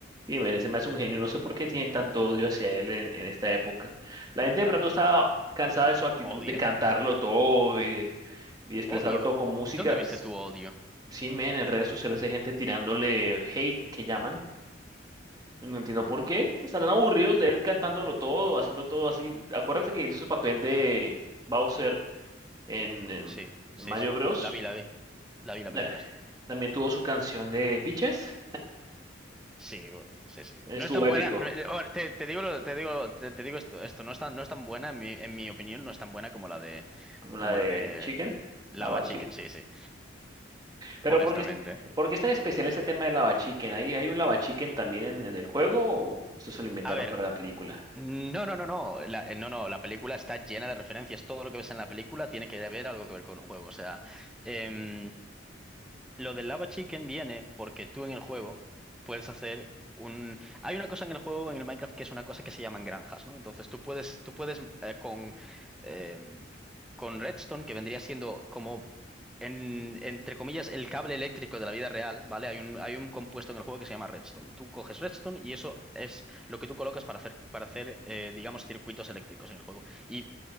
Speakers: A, on the right; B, in the centre.
A: Dime, ese me hace un genio. No sé por qué tienen tanto odio hacia él en, en esta época. La gente de pronto está cansada de su actitud
B: ¿Odio?
A: de cantarlo todo y de, y de expresarlo
B: ¿Odio?
A: todo con música.
B: ¿Dónde viste
A: S-
B: tu odio?
A: Sí, men, en redes sociales hay gente tirándole hate que llaman No entiendo por qué. Estarán aburridos de él cantándolo todo, haciendo todo así. Acuérdate que hizo el papel de Bowser en, en-
B: Sí, sí,
A: Mario
B: sí.
A: Bros.
B: La vi, la vi. La vi la
A: Y
B: película,
A: la-
B: sí.
A: también tuvo su canción de Peaches.
B: Sí, bu- sí, sí.
A: Estuvo
B: No es tan
A: épico,
B: buena. me- eh, ahora, Te, te digo, lo- te digo, te, te digo esto, esto no es tan, no es tan buena, en mi, en mi opinión, no es tan buena como la de,
A: como la
B: como
A: de
B: la de
A: Chicken,
B: Lava
A: Lava
B: Chicken,
A: Chicken.
B: sí, sí.
A: Pero
B: honestamente.
A: ¿por qué, es- por qué es tan especial este tema de Lava Chicken? ¿Hay, hay un Lava Chicken también en, en el juego o esto se lo inventaron
B: A ver,
A: para la película?
B: no, no, no, no, la, eh, no, no, la película está llena de referencias, todo lo que ves en la película tiene que haber algo que ver con el juego, o sea, em, Lo del Lava Chicken viene porque tú en el juego puedes hacer un... Hay una cosa en el juego, en el Minecraft, que es una cosa que se llaman granjas, ¿no? Entonces tú puedes, tú puedes eh, con, em, con Redstone, que vendría siendo como, en- entre comillas, el cable eléctrico de la vida real, ¿vale? Hay un, hay un compuesto en el juego que se llama Redstone. Tú coges Redstone y eso es lo que tú colocas para hacer, para hacer eh, digamos, circuitos eléctricos en el juego. Y